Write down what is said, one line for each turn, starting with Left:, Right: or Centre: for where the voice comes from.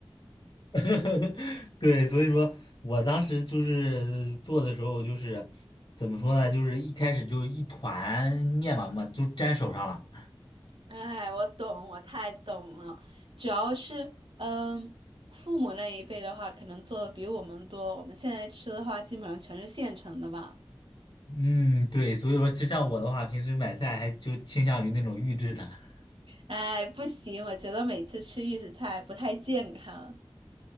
Left: <laughs> 对，所以说我当时就是做的时候就是怎么说呢，就是一开始就一团面嘛嘛就粘手上了。
Right: <laughs> 哎，我懂，我太懂了。主要是，嗯，父母那一辈的话，可能做的比我们多。我们现在吃的话，基本上全是现成的嘛。
Left: 嗯，对，所以说就像我的话，平时买菜还就倾向于那种预制的。<laughs>
Right: 哎，不行，我觉得每次吃预制菜不太健康。